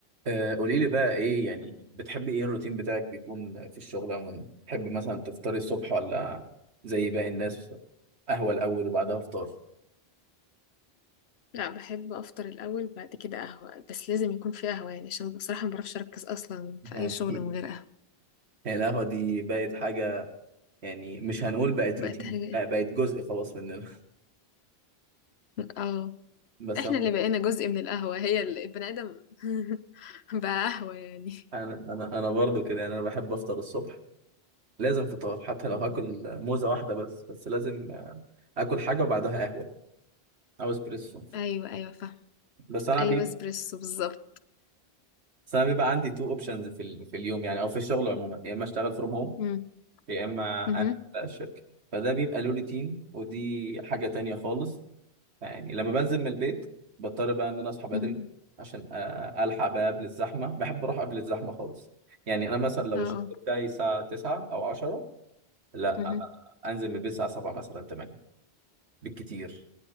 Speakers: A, on the right (about 80°); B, on the left (about 75°).
A: آه، قولي لي بقى ايه يعني بتحبي ايه الروتين بتاعك بيكون في الشغل عموما بتحبي مثلا تفطري الصبح ولا زي باقي الناس قهوة الاول وبعدها فطار
B: لا بحب افطر الاول بعد كده قهوه بس لازم يكون في قهوه يعني عشان بصراحه ما بعرفش اركز اصلا في
A: يعني
B: اي شغل
A: <laughs>
B: من غير قهوه
A: هي القهوة دي بقت حاجة يعني مش هنقول بقت
B: بقت
A: روتين
B: حاجه
A: لا بقت جزء خلاص مننا
B: اه
A: <laughs> بس
B: احنا
A: انا
B: اللي بقينا جزء من القهوه هي ال- البني ادم <laughs> بقى قهوه يعني
A: انا انا أنا برضو كده يعني انا بحب افطر الصبح لازم فطار حتى لو
B: مهم.
A: هاكل موزة واحدة بس بس لازم آه، اكل حاجة وبعدها قهوة او اسبريسو
B: ايوه ايوه فاهم
A: بس انا
B: ايوه
A: بي
B: اسبريسو بالظبط
A: بس انا بيبقى عندي تو اوبشنز في ال- في اليوم يعني او في الشغل عموما يا اما اشتغل فروم هوم
B: مم.
A: يا اما
B: مهم.
A: انزل بقى الشركه فده بيبقى له روتين ودي حاجه تانية خالص يعني لما بنزل من البيت بضطر بقى ان انا اصحى بدري
B: مم.
A: عشان أ- الحق بقى قبل الزحمه بحب اروح قبل الزحمه خالص يعني انا مثلا لو
B: اه اه
A: الشغل بتاعي الساعه 9 او 10 لا
B: مهم.
A: انا انزل من البيت الساعه 7 مثلا 8 بالكتير